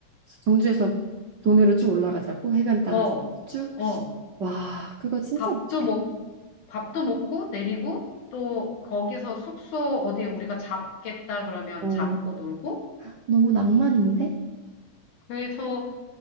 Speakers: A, on the right; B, on the left.
A: 경주에서 동해로 쭉 올라가자고 해변 따라서
B: 어,
A: 쭉.
B: 어,
A: 와, 그거 진짜
B: 밥도
A: 멋있겠다.
B: 먹, 밥도 먹고 내리고 또 거기서 숙소 어디 우리가 잡겠다 그러면
A: 어,
B: 잡고 놀고
A: 너무 낭만인데?
B: 그래서